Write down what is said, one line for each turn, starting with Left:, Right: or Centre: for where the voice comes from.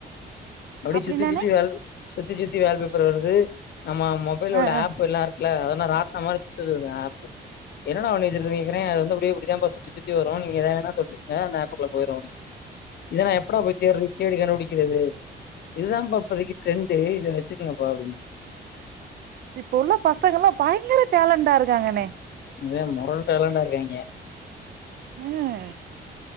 Left: அப்டியே
Right: அப்டின்னாண்ணே
Left: சுத்தி சுத்தி வருது சுத்தி சுத்தி வால் பேப்பரு வருது நம்ம மொபைலுள்ள
Right: ஆ ஆ
Left: ஆப் எல்லா ல்ல அதனா ரா தமாரி சுத்துதுங்க ஆப் என்னடா வன்னிவசுறுக்கணு கேக்றே அது வந்து அப்டியே இப்டிதாபா சுத்தி சுத்தி வரு நீங்க எதா வேணா சொல்லுங்க அங்க ஆப்புக்குள்ள போய்ரும் அப்டி இதநா எப்டா போய் தேடர்து தேடிகண்டுடி <inaudible> இதுதா பாப்பதிக்கு ட்ரெண்டு இத வச்சுகங்கப்பா அப்டி
Right: இப்ப உள்ள பசங்கல்லா பயங்கர டேலண்டா இருக்காங்கண்ணே
Left: இங்க மொறல் டேலண்டா இருக்காங்ஞ
Right: ஹ